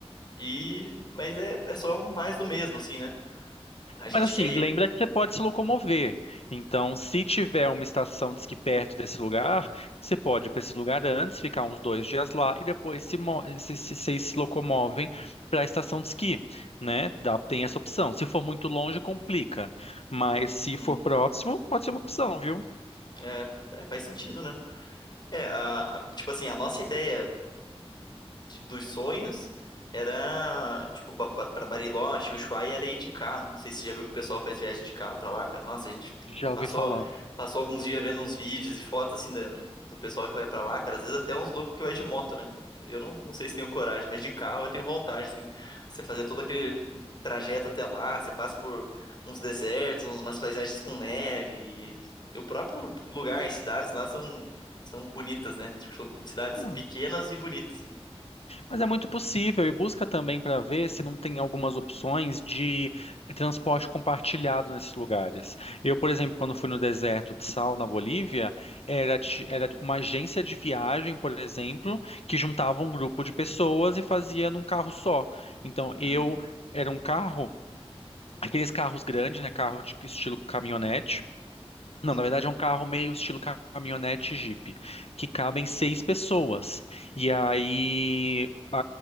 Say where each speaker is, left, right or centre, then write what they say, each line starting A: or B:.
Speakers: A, on the left (about 45°); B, on the left (about 70°).
A: E mas é, é só mais do mesmo assim, né? A gente
B: Mas assim,
A: quer ir
B: lembra que você pode se locomover. Então, se tiver uma estação de esqui perto desse lugar, você pode ir para esse lugar antes, ficar uns dois dias lá e depois se, mo- se, se, vocês se locomovem para a estação de esqui, né? Dá, tem essa opção. Se for muito longe, complica. Mas se
A: Hum,
B: for próximo, pode ser uma opção, viu?
A: é, é, faz sentido, né? É, a, a- tipo assim, a nossa ideia de- dos sonhos era, tipo, ba- ba- pra Bariloche, Ushuaia era ir de carro. Não sei se você já viu que o pessoal faz viagem de carro pra lá, cara. Nossa, a gente
B: Já
A: passou,
B: ouvi falar.
A: passou alguns dias vendo uns vídeos e fotos, assim, da- do pessoal que vai pra lá, cara. Às vezes até uns loucos que vai de moto, né? Eu não, não sei se tenho coragem, mas de carro eu tenho vontade, assim. Você fazer todo aquele trajeto até lá, você passa por uns desertos, umas paisagens com neve. E o próprio lugar, as cidades lá são, são bonitas, né? Tipo, são cidades
B: Ah,
A: pequenas e bonitas.
B: mas é muito possível e busca também para ver se não tem algumas opções de transporte compartilhado nesses lugares. Eu, por exemplo,
A: né?
B: quando fui no deserto de Sal, na Bolívia, era, ti- era uma agência de viagem, por exemplo, que juntava um grupo de pessoas e fazia num carro só. Então,
A: Uhum,
B: eu era um carro, aqueles carros grandes, né, carro de estilo caminhonete. Não,
A: uhum,
B: na verdade é um carro meio estilo ca- caminhonete Jeep, que cabem seis pessoas.
A: uhum,
B: E aí a,